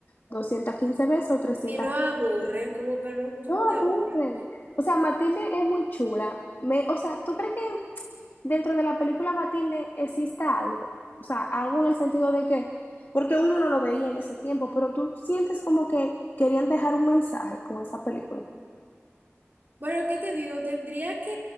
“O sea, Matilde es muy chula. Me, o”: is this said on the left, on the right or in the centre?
Left